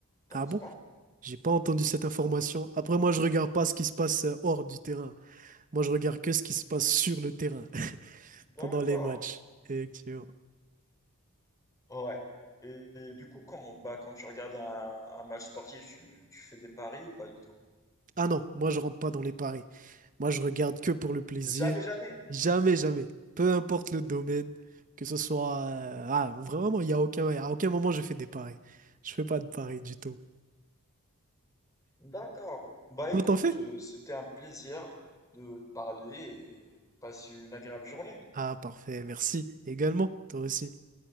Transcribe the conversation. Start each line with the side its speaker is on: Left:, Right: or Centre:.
Left: T'en
Right: Ah
Left: penses
Right: bon?
Left: pas?
Right: J'ai pas entendu cette information. Après, moi, je regarde pas ce qui se passe euh, hors du terrain. Moi, je regarde que ce qui se passe sur le terrain <laughs>
Left: D'accord.
Right: pendant les matchs. Effectivement.
Left: Ouais. Et du coup, quand, bah, quand tu regardes un, un match sportif, tu, tu fais des paris ou pas du tout?
Right: Ah non, moi, je rentre pas dans les paris. Moi, je regarde que pour le plaisir.
Left: Jamais, jamais.
Right: Jamais, jamais. Peu importe le domaine, que ce soit. euh, Ah, vraiment, il y a aucun, à aucun moment, je fais des paris. Je fais pas de paris du tout.
Left: D'accord. Bah écoute,
Right: Toi, t'en fais?
Left: euh, c'était un plaisir de te parler et passe une agréable journée.
Right: Ah, parfait. Merci également. Toi aussi.